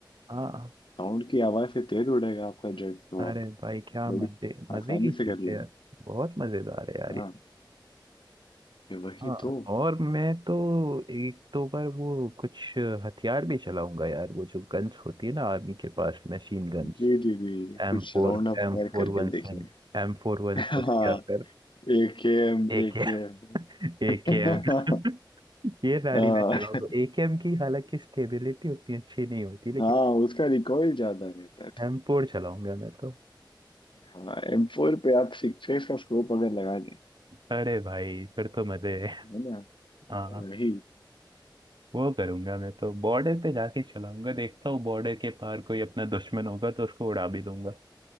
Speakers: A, on the right (about 65°); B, on the left (about 80°).
A: हाँ
B: साउंड की आवाज से तेज उड़ेगा आपका जेट तो
A: अरे
B: आप
A: भाई क्या
B: बड़ी
A: मजे मजे
B: आसानी
A: की
B: से
A: चीज
B: कर लेंगे
A: है यार बहुत मजेदार है यार
B: हाँ
A: ये
B: ये वही
A: हाँ
B: तो
A: और मैं तो एक दो बार वो कुछ हथियार भी चलाऊंगा यार वो जो गन्स होती है ना आर्मी के पास machine guns
B: जी जी जी
A: एम
B: कुछ
A: फोर
B: राउंड अप
A: एम
B: फायर
A: फोर
B: करके
A: वन सेवन
B: देखेंगे
A: एम फोर वन
B: <laughs>
A: सिक्स
B: हाँ
A: या फिर
B: एक एम
A: एक
B: एक एम
A: एकेएम
B: <laughs>
A: <laughs> ये गाड़ी
B: हाँ
A: मैं चलाऊंगा एकेएम की हालांकि स्टेबिलिटी उतनी अच्छी नहीं होती लेकिन
B: हाँ, उसका रिकॉइल ज्यादा रहता है
A: एमपोर चलाऊंगा मैं तो
B: हाँ एम फोर पे आप सिक्सेस का स्कोप अगर लगा दें
A: अरे भाई फिर तो मजे है
B: है ना
A: हाँ
B: वही
A: वो करूंगा मैं तो बॉर्डर पे जाके चलाऊंगा देखता हूँ बॉर्डर के पार कोई अपना दुश्मन होगा तो उसको उड़ा भी दूंगा